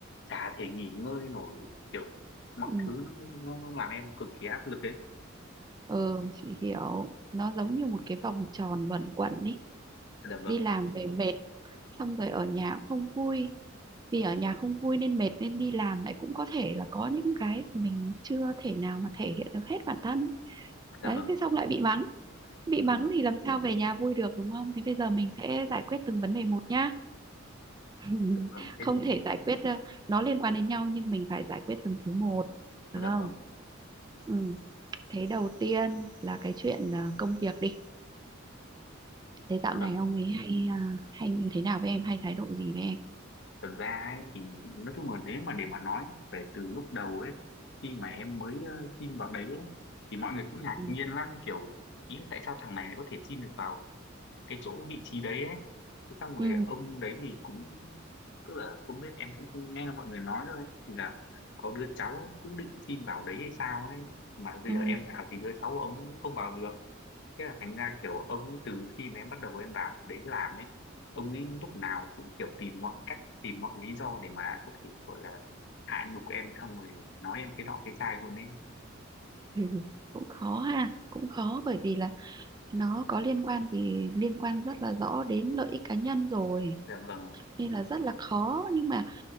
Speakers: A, on the left; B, on the right.
A: chả thể nghỉ ngơi nổi kiểu mọi
B: ừ
A: thứ nó nó, nó làm em cực kỳ áp lực đấy
B: ừ chị hiểu nó giống như một cái vòng tròn luẩn quẩn ý
A: dạ vâng
B: đi làm về mệt xong rồi ở nhà cũng không vui vì ở nhà không vui nên mệt nên đi làm lại cũng có thể là có những cái mình chưa thể nào mà thể hiện được hết bản thân
A: dạ
B: đấy
A: vâng
B: thế xong lại bị mắng bị
A: dạ
B: mắng
A: vâng
B: thì làm sao về nhà vui được đúng không thế bây giờ mình sẽ giải quyết từng vấn đề một nhá <laughs>
A: dạ vâng thế
B: không
A: thì
B: thể giải quyết ờ, nó liên quan đến nhau nhưng mình phải giải quyết từng thứ một
A: dạ
B: được không
A: vâng
B: ừ. thế đầu tiên là cái chuyện ờ, công việc đi thế dạo
A: vâng
B: này ông ấy hay ờ, hay như thế nào với em hay thái độ gì với em
A: thật ra ấy, thì nói chung là nếu mà để mà nói về từ lúc đầu ấy khi mà em mới ờ, xin vào đấy ấy, thì mọi người cũng ngạc
B: ừ
A: nhiên lắm kiểu ý là tại sao thằng này lại có thể xin được vào cái chỗ vị trí đấy ấy thế xong rồi
B: ừ
A: ông đấy thì cũng tức là không biết em cũng không nghe mọi người nói thôi ấy. thì là có đứa cháu cũng định xin vào đấy hay sao ấy mà bây
B: ừ,
A: giờ em vào thì đứa cháu của ông cũng không vào được Thế là thành ra kiểu ông ấy từ khi mà em bắt đầu em vào đấy làm ấy, ông ấy lúc nào cũng kiểu tìm mọi cách, tìm mọi lý do để mà có thể gọi là hạ nhục em xong rồi nói em cái nọ cái chai luôn ấy.
B: ừ. <laughs> cũng khó ha cũng khó bởi vì là nó có liên quan gì liên quan rất là rõ đến lợi ích cá nhân rồi
A: Dạ vâng,
B: nên là rất là khó nhưng mà